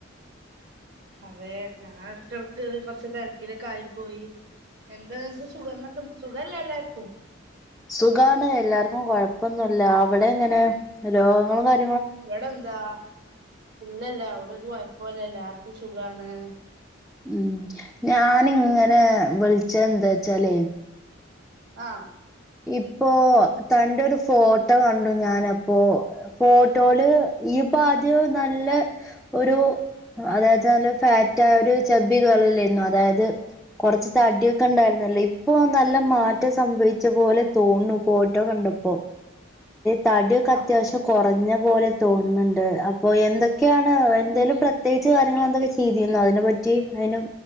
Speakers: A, on the right; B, in the centre.
A: അതെ ഞാൻ ഇടക്കിടക്ക് കൊറച്ച് തിരക്കിലൊക്കെ ആയി പോയി എന്താ നിക്ക് <unintelligible> സുഖല്ലേ എല്ലാർക്കും
B: സുഖണ് എല്ലാർക്കും കുഴപ്പൊന്നുല്ല അവിടെ എങ്ങനെ രോഗങ്ങളും കാര്യകൾ
A: ഇവിടെന്നതാ ഇല്ലല്ല ഇവിട ഒരുകൊഴപ്പൊല്ലഎല്ലാവർക്കും സുഖാണ്
B: മ് ഞാന് ഇങ്ങനെ വിളിച്ചെന്താച്ചാലേ
A: ആ
B: ഇപ്പോ തന്റെ ഒരു ഫോട്ടോ കണ്ടു ഞാനപ്പോ ഫോട്ടോയില് ഇയ്പ്പൊ ആദ്യം നല്ല ഒരു അതായത് നല്ല ഫാറ്റയൊരു ചബ്ബിഗേളല്ലായിരുന്നോ അതായത് കൊറച്ച് തടിയൊക്കെ ഉണ്ടായിരുന്നല്ലോ ഇപ്പൊ നല്ല മാറ്റം സംഭവിച്ചു തടിച്ച പോലെ തോന്ന്ണു ഫോട്ടോ കണ്ടപ്പോ തടിയൊക്കെ അത്യാവശ്യം
A: ആഹ്
B: കുറേ കുറഞ്ഞ പോലെതോന്ന്ണ്ട് അപ്പൊ എന്തൊക്കെയാണ് എന്തേലും പ്രത്യേകിച്ച് കാര്യങ്ങൾ എന്തൊക്കെ ചെയ്തിന്നോ അതിനെ പറ്റി ആയെന്നു